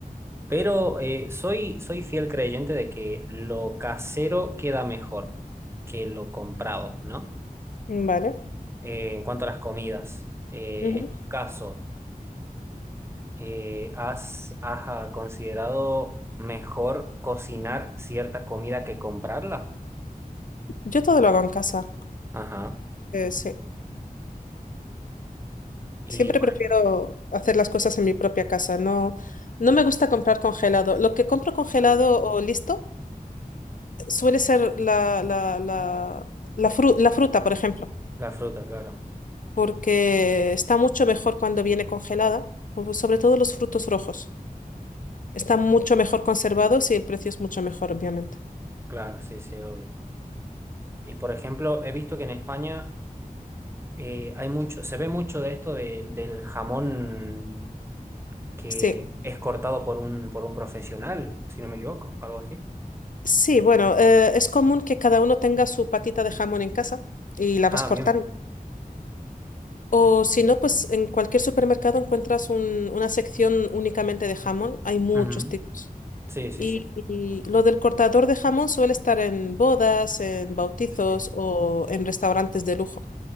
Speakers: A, on the right; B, on the left.
A: Pero eh, soy, soy fiel creyente de que lo casero queda mejor que lo comprado, ¿no?
B: Vale.
A: Eh, en cuanto a las comidas, eh,
B: Ujú.
A: en tu caso, eh, ¿has, has ah, considerado mejor cocinar cierta comida que comprarla?
B: Yo todo lo hago en casa.
A: Ajá.
B: eh, sí.
A: Y
B: Siempre
A: por
B: prefiero
A: aquí,
B: hacer las cosas
A: sí.
B: en mi propia casa. No, no me gusta comprar congelado. Lo que compro congelado
A: Mm.
B: o listo eh, suele ser la, la, la, la fru- la fruta, por ejemplo.
A: La fruta, claro.
B: porque está mucho mejor cuando viene congelada, como sobre todo los frutos rojos. Están mucho mejor conservados y el precio es mucho mejor, obviamente.
A: Claro, sí, sí, obvio. Y por ejemplo, he visto que en España eh, hay mucho, se ve mucho de esto de- del jamón que
B: Sí,
A: es cortado por un, por un profesional, si no me equivoco, algo así.
B: sí, bueno, eh, es común que cada uno tenga su patita de jamón en casa y la
A: Ah,
B: vas cortando.
A: bien.
B: O si no, pues en cualquier supermercado encuentras un- una sección únicamente de jamón. Hay muchos
A: Ujú.
B: tipos.
A: Sí, sí,
B: Y,
A: sí,
B: y lo del cortador de jamón suele estar en bodas, en bautizos
A: sí.
B: o en restaurantes de lujo.